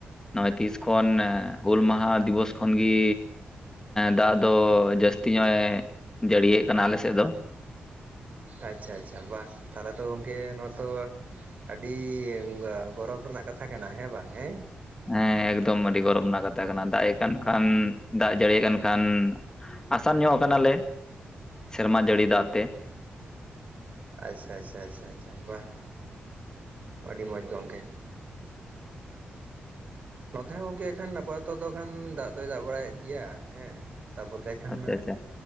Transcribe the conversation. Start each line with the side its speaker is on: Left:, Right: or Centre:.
Left: ᱱᱚᱜᱭ ᱛᱤᱥ ᱠᱷᱚᱱ ᱦᱩᱞ ᱢᱟᱦᱟ ᱫᱤᱵᱚᱥ ᱠᱷᱚᱱ ᱜᱤ ᱫᱟᱜ ᱫᱚ ᱡᱟᱹᱥᱛᱤ ᱧᱚᱜ ᱮ ᱡᱟᱹᱲᱤᱭᱮᱫ ᱠᱟᱱᱟ ᱟᱞᱮ ᱥᱮᱫ ᱫᱚ ᱾
Right: ᱟᱪᱪᱷᱟ ᱟᱪᱪᱷᱟ ᱵᱟᱦ, ᱛᱟᱦᱞᱮ ᱛᱚ ᱜᱚᱢᱠᱮ ᱱᱚᱣᱟ ᱛᱚ ᱟᱹᱰᱤ ᱜ ᱜᱚᱨᱚᱵᱽ ᱨᱮᱱᱟᱜ ᱠᱟᱛᱷᱟ ᱠᱟᱱᱟ ᱦᱮᱸ ᱵᱟᱝ ᱦᱮᱸ
Left: ᱦᱮᱸ ᱮᱠᱫᱚᱢ ᱟᱹᱰᱤ ᱜᱚᱨᱚᱵᱽ ᱨᱮᱱᱟᱜ ᱠᱟᱛᱷᱟ ᱠᱟᱱᱟ ᱫᱟᱜ ᱮ ᱠᱟᱱ ᱠᱷᱟᱱ ᱫᱟᱜ ᱡᱟᱹᱲᱤ ᱟᱠᱟᱱ ᱠᱷᱟᱱ ᱟᱥᱟᱱ ᱧᱚᱜ ᱟᱠᱟᱱᱟᱞᱮ ᱥᱮᱨᱢᱟ ᱡᱟᱹᱲᱤ ᱫᱟᱜ ᱛᱮ ᱾
Right: ᱟᱪᱪᱷᱟ ᱟᱪᱪᱷᱟ ᱟᱪᱪᱷᱟᱪᱷᱟ ᱵᱟ ᱾ ᱟᱹᱰᱤ ᱢᱚᱸᱡᱽ ᱜᱚᱢᱠᱮ᱾ ᱱᱚᱛᱮ ᱦᱚᱸ ᱜᱚᱢᱠᱮ ᱮᱠᱷᱟᱱ ᱟᱯᱟᱛᱚᱛᱚ ᱫᱚ ᱠᱷᱟᱱ ᱫᱟᱜ ᱫᱚᱭ ᱫᱟᱜ ᱵᱟᱲᱟᱭᱮᱫ ᱜᱮᱭᱟ ᱦᱮᱸ, ᱛᱟ ᱯᱚ ᱮᱱᱛᱮ ᱠᱷᱟᱱ
Left: ᱟᱪᱪᱷᱟ ᱟᱪᱪᱷᱟ